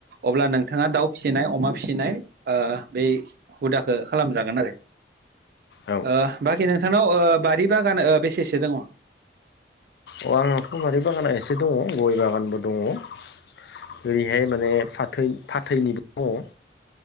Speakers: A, on the right (about 55°); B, on the left (about 60°).
A: अब्ला नोंथाङा दाउ फिसिनाय अमा फिसिनाय बै हुदाखौ खालाम। जागोन आरो
B: औ
A: ओ बाखि नोंथांनाव बारि बागान बेसेसो दङ?
B: अ आंहा बारि बागाना एसे दङ गय बागानबो दङ ओरैहाय माने फाथै फाथैनिबो दङ